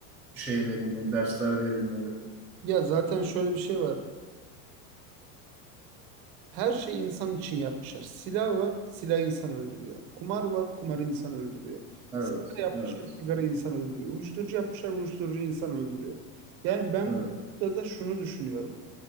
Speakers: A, in the centre; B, on the right.
A: şey verilmeli, dersler verilmeli.
B: Ya zaten şöyle bir şey var. Her şey insan için yapmışlar. Silah var, silah insanı öldürüyor. Kumar var, kumar insanı öldürüyor.
A: Evet,
B: Sigara yapmışlar,
A: evet,
B: sigara insanı öldürüyor. Uyuşturucu yapmışlar, uyuşturucu insanı öldürüyor. Yani ben
A: evet.
B: burada da şunu düşünüyorum.